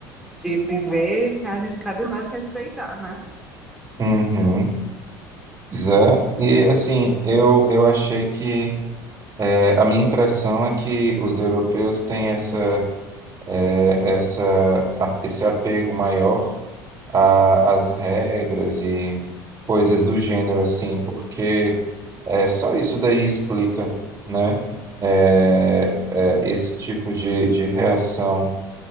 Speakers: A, in the centre; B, on the right.
A: de viver. A gente cabe nós respeitar, né?
B: Uhum. Zé. E assim, eu, eu achei que é, a minha impressão é que os europeus têm essa, é, essa, a- esse apego maior a- as regras e coisas do gênero, assim, porque é, só isso daí explica, né? É, é, esse tipo de, de reação.